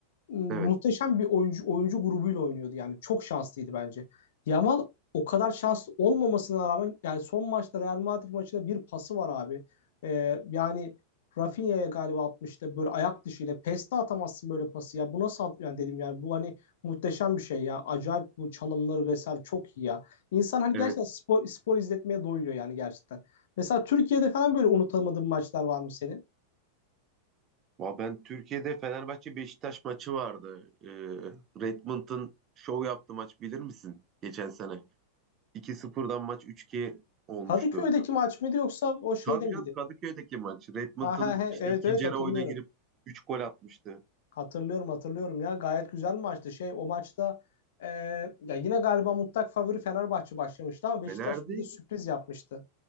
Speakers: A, on the left (about 55°); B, on the right (about 30°).
A: muhteşem
B: Evet.
A: bir oyuncu oyuncu grubuyla oynuyordu yani. Çok şanslıydı bence. Yamal o kadar şanslı olmamasına rağmen yani son maçta Real Madrid maçında bir pası var abi. Ee, yani Rafinha'ya galiba atmıştı böyle ayak dışıyla. Peste atamazsın böyle pası ya. Bu nasıl at yani dedim yani bu hani muhteşem bir şey ya. Acayip bu çalımları vesaire çok iyi ya. İnsan hani
B: Evet.
A: gerçekten spor, spor izletmeye doyuyor yani gerçekten. Mesela Türkiye'de falan böyle unutamadığın maçlar var mı senin?
B: Va- Ben Türkiye'de Fenerbahçe Beşiktaş maçı vardı. Ee, Redmond'un şov yaptığı maç bilir misin? Geçen sene. iki 0dan maç üç 2 olmuştu.
A: Kadıköy'deki maç mıydı yoksa o şeyde
B: Tabii
A: miydi?
B: canım Kadıköy'deki maç. Redmond'un
A: Ha, ha, he, evet
B: işte ikinci
A: evet
B: yarı
A: hatırlıyorum.
B: oyuna girip 3 gol atmıştı.
A: Hatırlıyorum hatırlıyorum ya gayet güzel maçtı. Şey o maçta e, ya yine galiba mutlak favori Fenerbahçe başlamıştı ama Beşiktaş
B: Fener'di.
A: bize sürpriz yapmıştı.